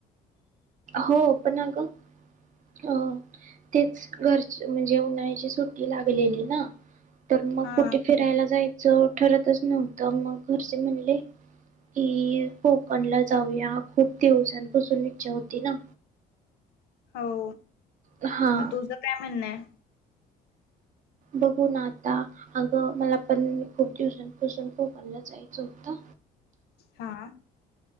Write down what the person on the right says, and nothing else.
हो पण अगं अ तेच घर म्हणजे, उन्हाळ्याची सुट्टी लागलेली ना तर मग
कुठे फिरायला जाय ज ठरतच नव्हत, मग घरचे म्हणले की कोकणला जाऊया, खूप दिवसांपासून इच्छा होत ती ना
हा
बघू ना आता, अगं मला पण खूप दिवसांपासून कोकणला जायचं होत.